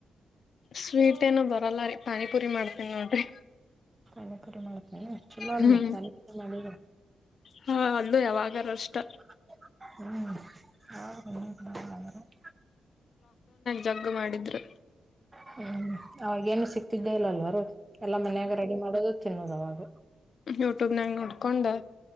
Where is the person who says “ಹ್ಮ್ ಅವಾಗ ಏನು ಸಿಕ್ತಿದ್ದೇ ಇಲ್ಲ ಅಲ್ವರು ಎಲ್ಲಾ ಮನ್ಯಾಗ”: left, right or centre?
Right